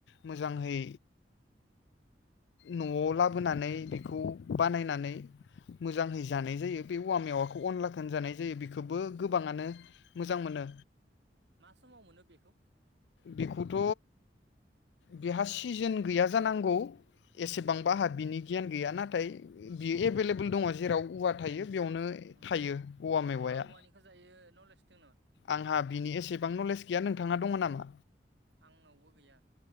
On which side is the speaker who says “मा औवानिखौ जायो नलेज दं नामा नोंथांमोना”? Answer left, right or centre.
Right